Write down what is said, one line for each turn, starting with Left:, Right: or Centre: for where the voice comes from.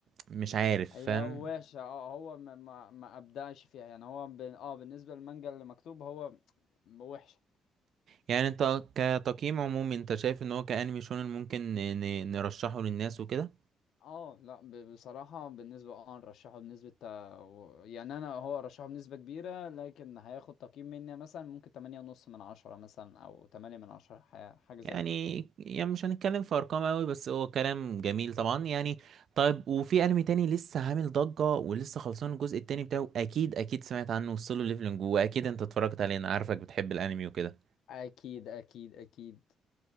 Right: مش عارف
Left: هي
Right: فاهم
Left: وحشة اه هو ما ما, ما ابدعش فيها يعني هو ب... اه بالنسبة للمانجا اللي مكتوب هو وحشة
Right: يعني انت كتقييم عمومي انت شايف ان هو كأنمي شونن ممكن ن- ن- نرشحه للناس وكده
Left: اه لا ب... بصراحة بالنسبة اه نرشحه بنسبة تا- و- يعني انا هو رشحه بنسبة كبيرة لكن هياخد تقييم مني مثلا ممكن تمانية ونص من عشرة مثلا او تمانية من عشرة ح- حاجة
Right: يعني
Left: زي كده
Right: يعني مش هنتكلم في ارقام قوي بس هو كلام جميل طبعا يعني طيب وفي انمي تاني لسه عامل ضجة ولسه خلصان الجزء التاني بتاعه اكيد اكيد سمعت عنه سولو ليفلنج واكيد انت اتفرجت عليه انا عارفك بتحب الانمي وكده
Left: اكيد اكيد اكيد